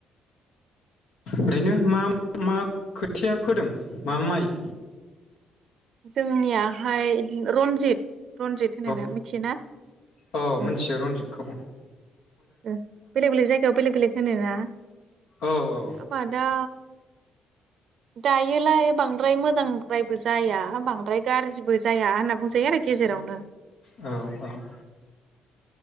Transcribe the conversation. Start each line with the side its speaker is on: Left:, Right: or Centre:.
Left: ओरैनो मा मा खोथिया फोदों? मा माइ।
Right: जोंनियाहाय रनजित। रनजित होनोना
Left: औ
Right: मिथियोना अ
Left: औ
Right: ओ
Left: मिथियो रन्जितखौ।
Right: बेलेग बेलेग जायगायाव बेलेक बेलेग होनोना
Left: औ औ
Right: आबादा दायोलाय बांद्राय मोजांद्रायबो जाया बांद्राय गाज्रिबो जाया होनना बुंजायो आरो गेजेरावनो।
Left: औ औ।